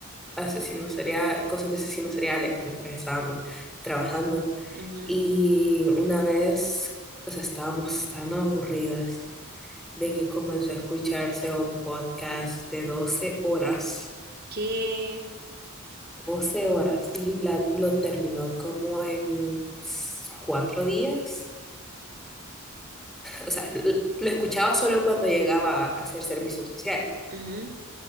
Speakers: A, in the centre; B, on the right.
A: asesinos seriales, cosas de asesinos seriales mientras estábamos trabajando.
B: Ujú.
A: Y una vez, o sea, estábamos tan aburridas de que comenzó a escucharse un podcast de doce horas
B: qué,
A: 12 horas y la- lo terminó como en s- cuatro días. O sea, l- lo escuchaba solo cuando llegaba a hacer servicio social.
B: ujú,